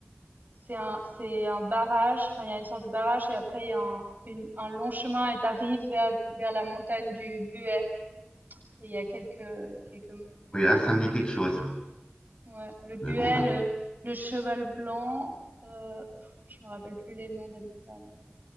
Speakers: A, on the right; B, on the left.
A: c'est un, c'est un barrage. Enfin, il y a une sorte de barrage, et après il y a un, une- un long chemin, et t'arrives vers vers la montagne du Buet. Et il y a quelques quelques monts. Enfin,
B: Oui, là,
A: c'est
B: ça me dit quelque
A: c'est
B: chose,
A: c'est joli. Ouais, le Buet,
B: le nom d'un.
A: le, le Cheval Blanc. Euh, pff, je me rappelle plus les noms des montagnes.